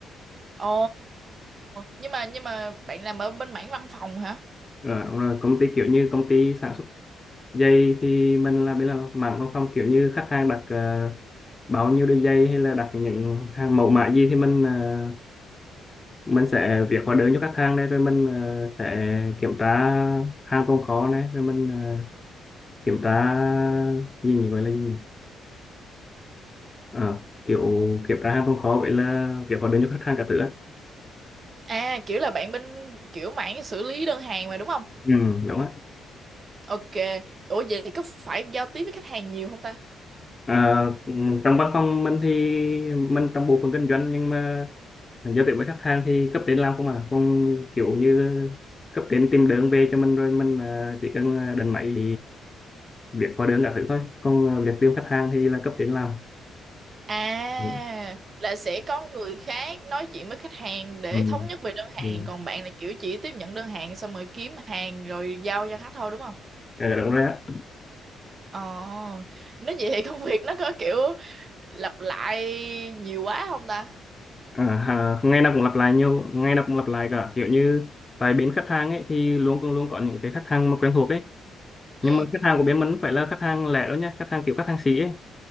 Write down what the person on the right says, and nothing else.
Ồ, nhưng mà nhưng mà bạn làm ở bên mảng văn phòng hả?
À, kiểu là bạn bên kiểu mảng xử lý đơn hàng mà đúng không?
Ok. Ủa vậy thì có phải giao tiếp với khách hàng nhiều không ta?
À,
là sẽ có người khác nói chuyện với khách hàng để
thống nhất về đơn hàng,
còn bạn là kiểu chỉ tiếp nhận đơn hàng xong rồi kiếm hàng rồi giao cho khách thôi đúng không?
Ờ, nếu vậy thì công việc nó có kiểu lặp lại nhiều quá không ta?
Ừ.